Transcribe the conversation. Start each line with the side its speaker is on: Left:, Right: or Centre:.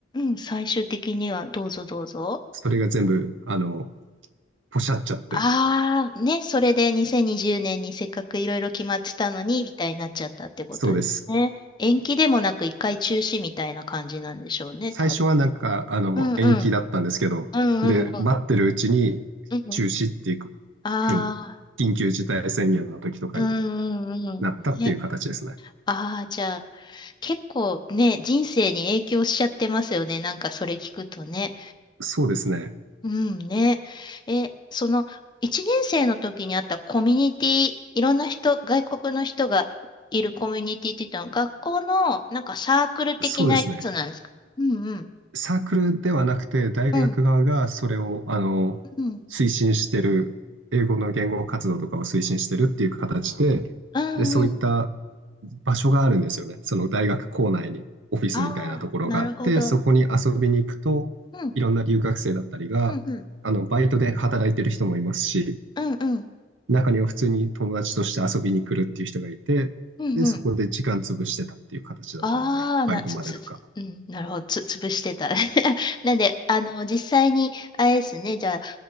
Left: うん、最終的にはどうぞどうぞ。
Right: それが全部あのポシャっちゃって、
Left: ああ、ね、それで2020年にじゅうねんにせっかくいろいろ決まってたのに、みたいになっちゃったってことですね。
Right: そうです。
Left: 延期でもなく一回中止みたいな感じなんでしょうね、
Right: 最初はなんか、
Left: 多分ね。
Right: あの、
Left: うんうん。
Right: 延期だったんですけど、
Left: うんうんうん。
Right: で、待ってるうちに中止っていう
Left: うん。あ
Right: ふうに、緊急事態宣言の時とかに
Left: あ、うんうんうん。
Right: なったっていう形ですね。
Left: ね。ああ、じゃあ、結構ね、人生に影響しちゃってますよね。なんかそれ聞くとね。
Right: そうですね。
Left: うんね。え、その、1年生の時にあったコミュニティ、いろんな人、外国の人がいるコミュニティって言ったの、学校のなんかサークル的なやつなんですかうんうん。
Right: そうですね。サークルではなくて、大学側がそれを、
Left: うん。
Right: あの、
Left: うん。
Right: 推進してる、英語の言語活動とかを推進してるっていう形で、
Left: うんうん。
Right: で、そういった場所があるんですよね。その大学構内にオフィスみたいなところがあって、
Left: ああ、なるほど。
Right: そこに遊びに行くと、
Left: うん。
Right: いろんな留学生だったりが、
Left: うんうん。
Right: あの、バイトで働いてる人もいますし、
Left: うんうん。
Right: 中には普通に友達として遊びに来るっていう人がいて、
Left: うんうん。
Right: で、そこで時間潰してたっていう形だったので、
Left: ああ、
Right: バイトまでとか。
Left: な、つ、つ、うん、なるほど。つ、潰してた。<laughs> なんで、あの、実際に、あれですね、じゃあ